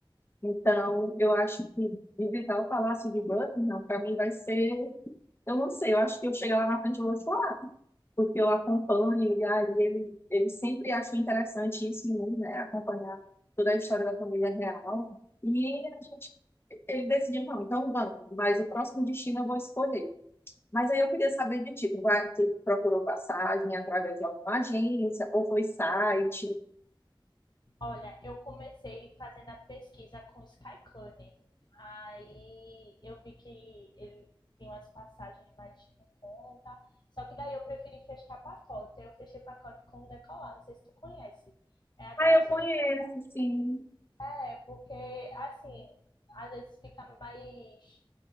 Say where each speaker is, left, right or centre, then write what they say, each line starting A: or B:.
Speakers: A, on the left (about 25°); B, on the left (about 55°).
A: Então, eu acho que visitar o Palácio de Buckingham, para mim, vai ser. Eu não sei, eu acho que eu chegar lá na frente e vou chorar, porque eu acompanho, e aí ele, ele sempre achou interessante isso em mim, né, acompanhar toda a história da família real. E a gente, ele decidiu, não, então vamos, mas o próximo destino eu vou escolher. Mas aí eu queria saber de ti, tu, vai, tu procurou passagem através de alguma agência ou foi site?
B: Olha, eu comecei fazendo a pesquisa com o Skycane. Aí eu vi que ele tem umas passagens mais em conta. Só que daí eu preferi fechar pacote. Eu fechei pacote com o Decolar, não sei se tu conhece. É até
A: Ah,
B: uma
A: eu
B: sugestão.
A: conheço, sim,
B: É, porque assim, às vezes fica mais